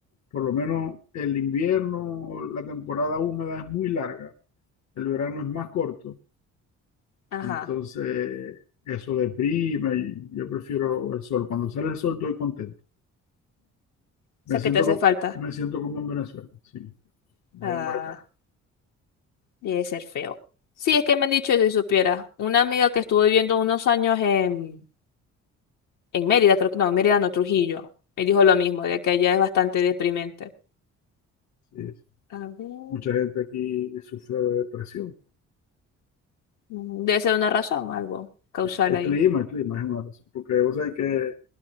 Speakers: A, on the left (about 65°); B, on the left (about 80°).
A: por lo menos el invierno, la temporada húmeda es muy larga, el verano es más corto,
B: ajá.
A: entonces eso deprime y yo prefiero el sol. Cuando sale el sol estoy contento. Me
B: O sea,
A: siento,
B: ¿qué te hace
A: co-
B: falta?
A: me siento como en Venezuela, sí, voy
B: Ah,
A: a marcar.
B: debe ser feo.
A: Sí,
B: Sí, es que me han dicho eso y si supiera. Una amiga que estuvo viviendo unos años en, en Mérida, creo que no, en Mérida no, Trujillo, me dijo lo mismo, de que allá es bastante deprimente.
A: sí. sí.
B: A ver,
A: Mucha gente aquí sufre de depresión.
B: mm, Debe ser una razón, algo causal
A: El
B: ahí.
A: clima, el clima es una razón, porque vos sabés que